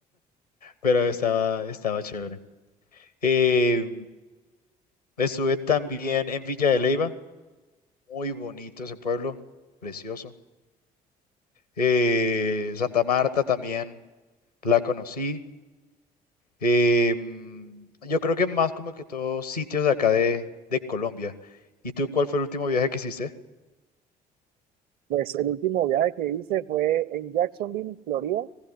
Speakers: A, on the left; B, on the right.
A: pero estaba, estaba chévere. Eh, estuve también en Villa de Leyva, muy bonito ese pueblo, precioso. Eh, Santa Marta también la conocí. Eh, yo creo que más como que todos sitios de acá de, de Colombia. ¿Y tú cuál fue el último viaje que hiciste?
B: Pues el último viaje que hice fue en Jacksonville, Florida,